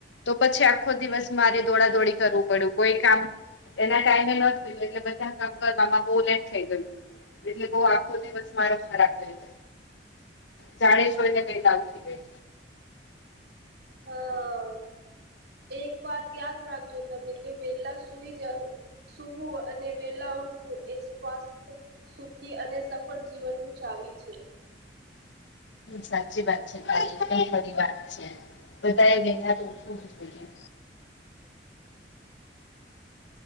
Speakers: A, on the left; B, on the right.
A: તો પછી આખો દિવસ મારે દોડાદોડી કરવું પડ્યું કોઈ કામ. એના ટાઈમે ન થયું એટલે બધા કામ કરવામાં બહ લેટ થઈ ગયું એટલે બ આખો દિવસ. મારો ખરાબ લઈ જાણી છને કઈ લ ઉી ગઈ.
B: <inaudible> હા એક વાત યાદ રાખજો તમે કે વેલા સુઈ જાઓ. સુૂવું અને વેલા ઉઠવું એ સ્સ્થ. સુખી અને સફળ જીવનનુંું ચાવી છે.
A: સાચી વાત છે મા એકદમ ખરી વાત છે. બધા એ લેના તોછું છું.